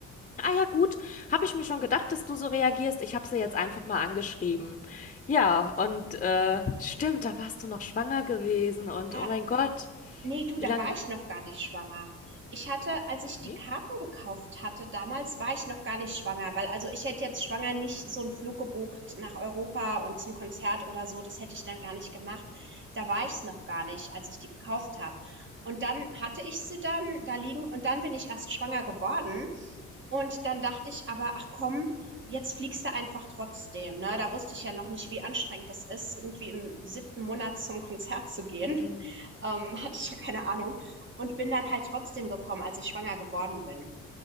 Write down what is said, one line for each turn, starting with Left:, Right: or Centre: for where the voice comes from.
Left: Ah ja, gut. Habe ich mir schon gedacht, dass du so reagierst. Ich habe sie jetzt einfach mal angeschrieben. Ja, und äh, stimmt, da warst du noch schwanger gewesen und
Right: Ja,
Left: oh mein Gott,
Right: Ne, du, da
Left: wie lang?
Right: war ich noch gar nicht schwanger. Ich hatte, als ich die
Left: Nee?
Right: Karten gekauft hatte damals, war ich noch gar nicht schwanger, weil also ich hätte jetzt schwanger nicht so einen Flug gebucht nach Europa und zum Konzert oder so, das hätte ich dann gar nicht gemacht. Da war ich's noch gar nicht, als ich die gekauft habe. Und dann hatte ich sie dann da liegen und dann bin ich erst schwanger geworden und dann dachte ich aber: „Ach komm, jetzt fliegst du einfach trotzdem“, ne? Da wusste ich ja noch nicht, wie anstrengend das ist, irgendwie im siebten Monat zum Konzert zu gehen.
Left: Hm,
Right: Ähm, hatte ich ja keine Ahnung. Und bin dann halt trotzdem gekommen, als ich schwanger geworden bin.